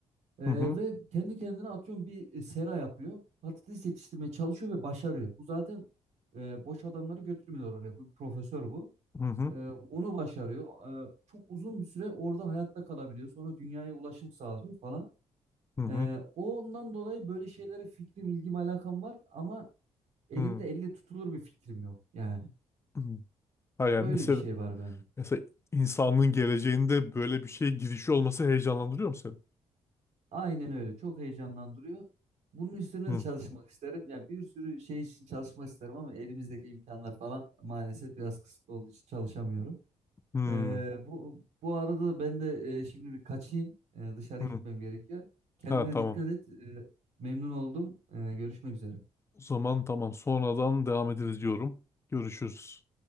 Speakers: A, on the right (about 75°); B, on the left (about 20°).
A: Ee,
B: Hı hı.
A: ve kendi kendine atıyorum bir e, sera yapıyor. Patates yetiştirmeye çalışıyor ve başarıyor. Bu zaten e, boş adamları götürmüyor oraya. Bu bir profesör bu.
B: Hı hı.
A: Ee, onu başarıyor. Ee, çok uzun bir süre orada hayatta kalabiliyor. Sonra dünyaya ulaşım sağlıyor falan.
B: Hı hı.
A: Ee, ondan dolayı böyle şeylere fikrim, ilgim, alakam var ama elimde
B: Hı
A: elle tutulur bir fikrim yok. Yani
B: <clears throat> hı. Ha yani
A: öyle
B: mesela
A: bir şey var bende.
B: mesela insanlığın geleceğinde böyle bir şeye girişi olması heyecanlandırıyor mu seni?
A: Aynen öyle. Çok heyecanlandırıyor. Bunun üstüne
B: Hı.
A: de çalışmak isterim. Ya bir sürü şey için çalışmak isterim ama elimizdeki imkanlar falan maalesef biraz kısıtlı olduğu için çalışamıyorum.
B: Hı.
A: Ee, bu bu arada da ben de e, şimdi bir kaçayım. Ee, dışarı
B: Hı.
A: gitmem gerekiyor. Kendine
B: Ha tamam.
A: dikkat et. Ee, memnun oldum. Ee, görüşmek üzere.
B: O zaman tamam. Sonradan devam ederiz diyorum. Görüşürüz.